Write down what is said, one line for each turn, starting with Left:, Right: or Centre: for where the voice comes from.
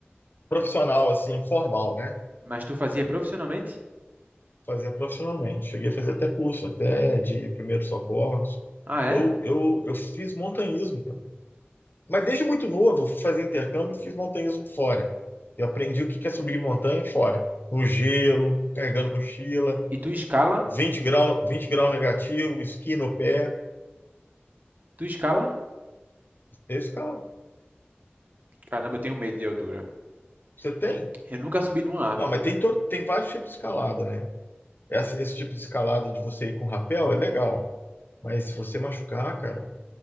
Left: profissional assim, formal, né?
Right: Mas tu fazia profissionalmente?
Left: Fazia profissionalmente. Cheguei a fazer até curso, até de primeiros socorros.
Right: Ah, é?
Left: Eu eu, eu fiz montanhismo, cara. Mas desde muito novo, fui fazer intercâmbio e fiz montanhismo fora. Eu aprendi o que que é subir montanha fora. No gelo, carregando mochila,
Right: E tu escala?
Left: 20 grau, 20 grau negativo, esqui no pé.
Right: Tu escala?
Left: Eu escalo.
Right: Caramba, eu tenho medo de altura.
Left: Você tem?
Right: Eu nunca subi numa árvore,
Left: Não, mas tem, todo, tem vários tipos de escalada, né? Essa- esse tipo de escalada de você ir com rapel é legal. Mas se você machucar, cara,